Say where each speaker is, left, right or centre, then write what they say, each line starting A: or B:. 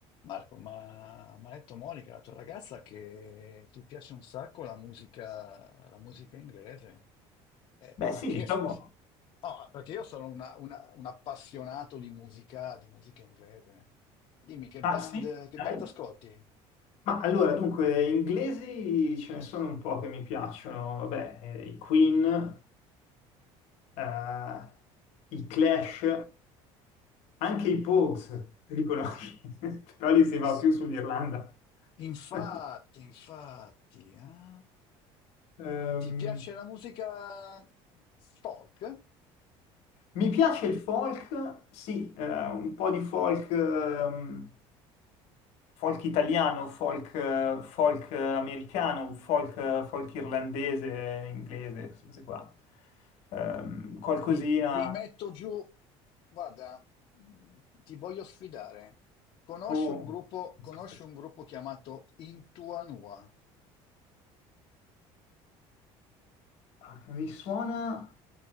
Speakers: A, on the left; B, on the left.
A: Marco, ma mi ha detto Monica, la tua ragazza, che ti piace un sacco la musica, la musica inglese. Eh,
B: Beh,
A: anche
B: sì, diciamo,
A: io- no, perché io sono una- una- un appassionato di musica, di musica inglese. Dimmi, che
B: ah,
A: band,
B: sì,
A: che
B: dai.
A: band ascolti?
B: Ma allora, dunque, inglesi ce ne sono un po' che mi piacciono, vabbè, eh, i Queen, eh, i Clash, anche i Pogues,
A: Ah,
B: li conosci, <laughs> però lì si va
A: s-
B: più sull'Irlanda.
A: Infatti,
B: <laughs>
A: infatti. ah.
B: Ehm,
A: Ti piace la musica folk?
B: mi piace il folk, sì, eh, un po' di folk, ehm, folk italiano, folk, eh, folk americano, folk, folk irlandese, inglese, queste cose qua. Ehm, qualcosina.
A: Ti, ti metto giù, guarda, ti voglio sfidare. Conosci
B: Oh,
A: un gruppo,
B: non
A: conosci
B: so se-
A: un gruppo chiamato Intuanua?
B: ah, mi suona